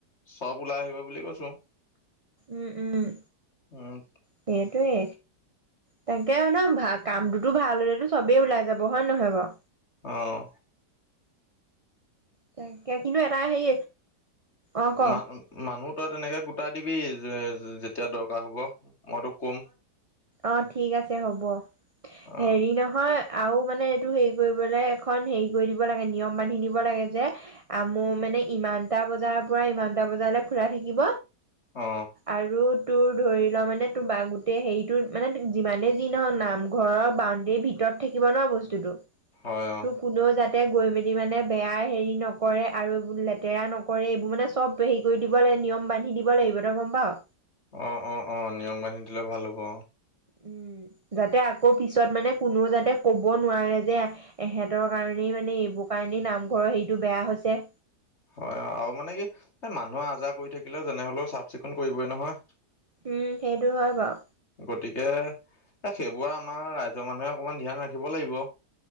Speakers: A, on the left; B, on the right.
A: চব ওলাই আহিব বুলি কৈছোঁ। ছো।
B: উম উম,
A: উম
B: সেইটোৱে। তাকে আৰু ন ভা কামটোতো ভাল হলেতো চবেই ওলাই যাব হয় নে নহয় বাওঁ।
A: অৱ।
B: তাকে কিন্তু এটা সেই অ ক?
A: মান মানুহ তই তেনেকে গোটাই দিবি যেতিয়া দৰকাৰ হ'ব। মই তুক কম।
B: অৱ ঠিক আছে হ'ব।
A: অ
B: হেৰি নহয় আৰু মানে এইটো হেৰি কৰিবলৈ এখন হেৰি কৰি দিব লাগে নিয়ম বান্ধি দিব লাগে যে, আম মানে ইমানটা বজাৰ পৰা ইমানটা বজালৈ খোলা থাকিব।
A: অ
B: আৰু তোৰ ধৰি লোৱা মানে বা গোটেই হেৰিটো মানে যিমানে যি নহওক নামঘৰৰ বাউণ্ডেৰীৰ ভিতৰত থাকিব ন বস্তুটো।
A: হয় অ
B: তোৰ কোনেও জান তাতে গৈ মেলি মানে বেয়া হেৰি নকৰে আৰু এইবোৰ লেতেৰা নকৰে এইবোৰ মানে চব হেৰি কৰি দিব লাগে নিয়ম বান্ধি দিব লাগিব তই গম পাওঁ।
A: অৱ অৱ অৱ নিয়ম বান্ধি দিলে ভাল হ'ব।
B: উম যাতে আকৌ পিছত মানে কোনো যাতে কব নোৱাৰে যে এহঁতৰ কাৰণেই মানে এইবোৰ কাৰণেই নামঘৰৰ হেৰিটো বেয়া হৈছে।
A: হয় আৰু মানে কি এই মানুহে আজাৰ কৰি থাকিলে যেনেহলেও চাফ চিকুণ কৰিবই নহয়।
B: উম সেইটো হয় বাওঁ।
A: গতিকে এ সেইবোৰে আমাৰ ৰাইজৰ মানুহে অকমান ধ্যান ৰাখিব লাগিব।